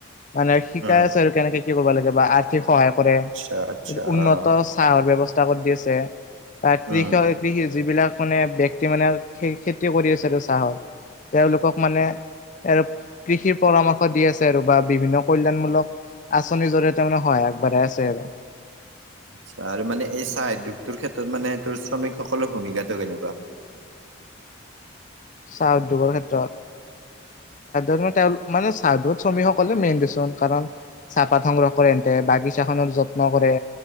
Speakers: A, on the left; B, on the right.
A: মানে শিকাই
B: উম,
A: আছে আৰু কেনেকে কি কৰিব লাগে বা আৰ্থিক সহায় কৰে।
B: আচ্ছা আচ্ছা
A: উন্নত
B: অ'।
A: চাহৰ ব্যৱস্থা কৰি দি আছে, বা কৃষক
B: উম,
A: কৃষি যিবিলাক মানে ব্যক্তি মানে খেতি কৰি আছে আৰু চাহৰ। তেওঁলোকক মানে আৰু কৃষিৰ পৰামৰ্শ দি আছে আৰু বা বিভিন্ন কল্যণমূলক আঁচনিৰ জৰিয়তে মানে সহায় আগবঢ়াই আছে আৰু।
B: আচ্ছা আৰু মানে এই চাহ উদ্যোগটোৰ ক্ষেত্ৰত মানে তোৰ, শ্ৰমিকসকলৰ ভূমিকাটো কেনেকুৱা?
A: চাহ উদ্যোগৰ ক্ষেত্ৰত। <inaudible> মানে চাহত শ্ৰমিকসকলে মেইন দেচোন, কাৰণ চাহপাত সংগ্ৰহ কৰে, এতে বাগিচা খনৰ যত্ন কৰে।